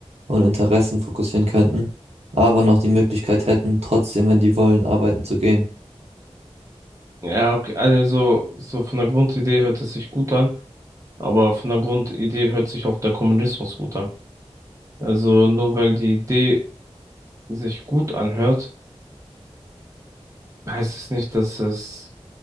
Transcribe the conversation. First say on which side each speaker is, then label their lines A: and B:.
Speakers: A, on the right; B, on the right.
A: und Interessen fokussieren könnten, aber noch die Möglichkeit hätten, trotzdem, wenn die wollen, arbeiten zu gehen.
B: Ja, okay. Also so von der Grundidee hört es sich gut an. Aber von der Grundidee hört sich auch der Kommunismus gut an. Also nur weil die Idee sich gut anhört, heißt es nicht, dass es,